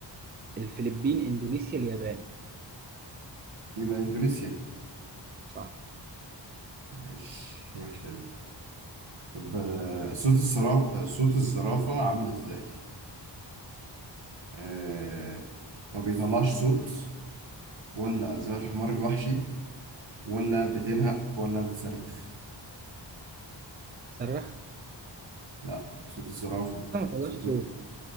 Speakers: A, on the right; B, on the right.
A: الفلبين إندونيسيا اليابان
B: يبقى اندونيسيا
A: صح
B: مش وحشة دي طب آه، صوت الصرا... صوت الزرافة عامل ازاي؟ آه... ما بيطلعش صوت ولا زي الحمار الوحشي ولا بتنهق ولا بتصرخ
A: صرخ
B: لا صوت الزرافة
A: بس ما طلعش
B: صوت
A: صوت
B: ال-